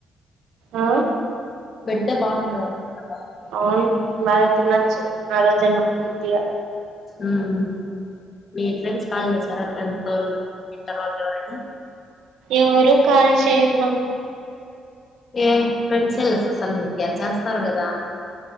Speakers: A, on the right; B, on the left.
A: ఆ
B: పెడితే బాగుంటది అని అనుకుంటున్నావా
A: అవును బాగా తినచ్చు ఆ రోజన్న తృప్తిగా
B: ఉమ్ మీ ఫ్రెండ్స్ కాల్ చేశారా టెన్త్ వోళ్ళు ఇంటర్ వొళ్ళు ఎవరైనా
A: ఎవరు కాల్ చేయరు మాకు
B: ఏ ఫ్రెండ్స్ ఏ లేరా అసలు మీకి చేస్తారు కదా